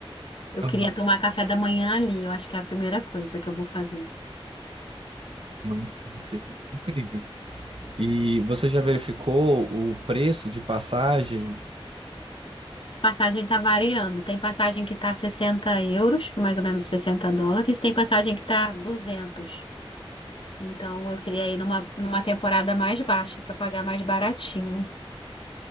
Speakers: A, on the left; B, on the right.
A: Eu
B: Aham,
A: queria tomar café da manhã ali. Eu acho que é a primeira coisa que eu vou fazer.
B: Nossa, vai ser incrível. E você já verificou o preço de passagem?
A: Passagem tá variando. Tem passagem que tá 60 euros, que é mais ou menos 60 dólares, tem passagem que tá 200. Então eu queria ir numa, numa temporada mais baixa para pagar mais baratinho.